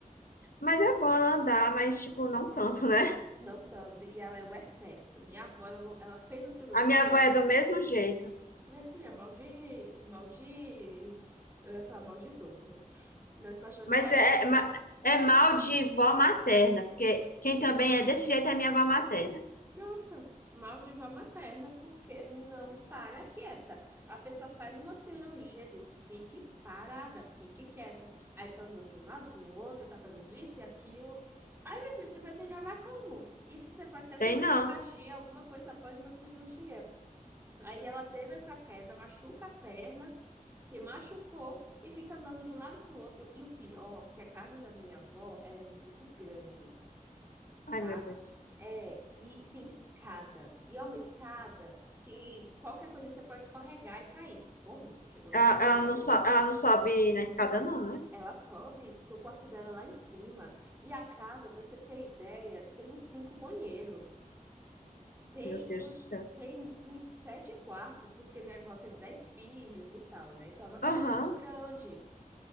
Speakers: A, on the left (about 85°); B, on the right (about 15°).
A: Mas é bom ela andar, mas tipo, não tanto, né?
B: Não tanto, e ela é o excesso. Minha avó, ela, não- ela fez uma cirurgia,
A: A minha avó é do mesmo jeito,
B: minha filha, mal de, mal de, eu ia falar mal de idoso. Não estou achando
A: mas
B: que é,
A: é,
B: é
A: é, ma- é mal de vó materna, porque quem também é desse jeito é minha avó materna.
B: pronto, mal de vó materna, porque não para quieta. A pessoa faz uma cirurgia, diz, fique parada, fique quieta. Aí tá andando de um lado para o outro, tá fazendo isso e aquilo. Aí, minha filha, você vai melhorar como? Isso você pode até ter
A: Tem
B: uma
A: não.
B: hemorragia, alguma coisa após uma cirurgia. Aí ela teve essa queda, machuca a perna, que machucou e fica andando de um lado para o outro. E o pior, que a casa da minha avó, ela é muito grande,
A: Ai,
B: tá?
A: meu Deus.
B: É, e tem escada. E é uma escada que qualquer coisa você pode escorregar e cair. Morreu. Chegou lá
A: Ela,
B: embaixo,
A: ela
B: morreu.
A: não, so, ela não sobe na escada, não, né?
B: Ela sobe, que o quarto dela é lá em cima. E a casa, para você ter ideia, tem uns cinco banheiros. Tem
A: Meu Deus
B: uns,
A: do céu.
B: tem uns sete quartos, porque minha avó teve dez filhos e tal, né? Então é uma casa
A: Aham.
B: muito grande.